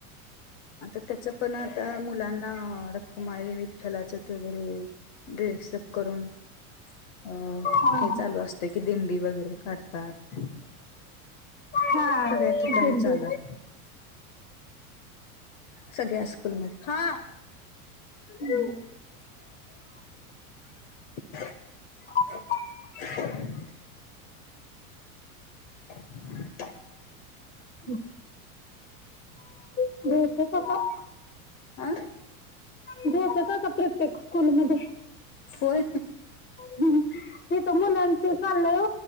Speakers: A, on the left; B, on the left.
A: आता त्याच पण आता मुलांना. रखुमाई विठ्ठलाच वगैरे ड्रेसअप करून अं
B: हा
A: हे चालू असते की दिंडी वगैरे काढतात
B: हा हा
A: सगळ्या ठिकाणी
B: दिंडी
A: चालू आहे सगळ्या स्कूलमध्ये हा
B: हम्म!
A: <inaudible>
B: घेतच
A: <inaudible>
B: हम. <unintelligible>
A: ह
B: घेतात आता प्रत्येक स्कूलमध्ये.
A: होय.
B: ह तिथ मुलांच चाललंय